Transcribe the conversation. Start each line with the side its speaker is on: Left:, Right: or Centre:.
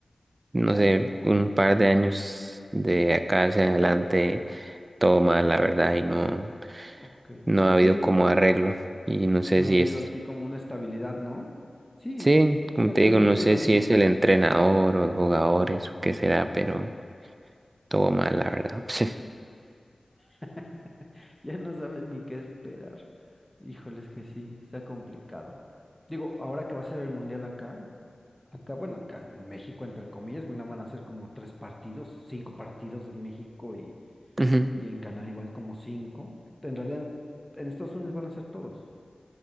Right: no sé, un par de años de acá hacia adelante, todo mal, la verdad, y no,
Centre: Ok,
Right: no ha
Centre: sí,
Right: habido como arreglo, y no sé
Centre: no
Right: si
Centre: ha habido
Right: es,
Centre: así como una estabilidad, ¿no? Sí,
Right: sí, como
Centre: sí, acá
Right: te digo,
Centre: en México
Right: no sé
Centre: es lo
Right: si
Centre: mismo.
Right: es el entrenador o los jugadores o qué será, pero todo mal, la verdad. <laughs>
Centre: <laughs> Ya no sabes ni qué esperar. Híjole, es que sí, está complicado. Digo, ahora que va a ser el mundial acá, acá, bueno, acá en México, entre comillas, bueno, van a ser como tres partidos, cinco partidos en México y,
Right: Ujú.
Centre: y en Canadá igual como cinco. En realidad, en Estados Unidos van a ser todos.